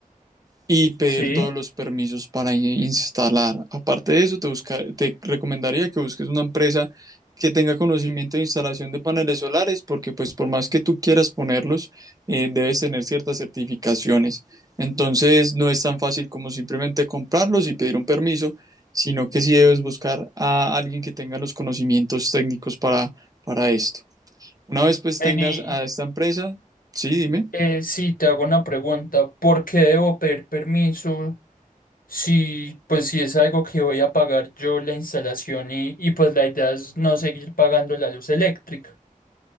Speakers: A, on the right (about 25°); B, on the left (about 85°).
A: y pedir
B: Sí.
A: todos los permisos para in- instalar. Aparte de eso, te busca- te recomendaría que busques una empresa que tenga conocimiento de instalación de paneles solares, porque pues por más que tú quieras ponerlos, eh, debes tener ciertas certificaciones. Entonces, no es tan fácil como simplemente comprarlos y pedir un permiso, sino que sí debes buscar a alguien que tenga los conocimientos técnicos para, para esto. Una vez pues
B: Vení,
A: tengas a esta empresa, sí, dime.
B: eh, sí, te hago una pregunta. ¿Por qué debo pedir permiso si, pues, si es algo que voy a pagar yo la instalación y, y pues la idea es no seguir pagando la luz eléctrica?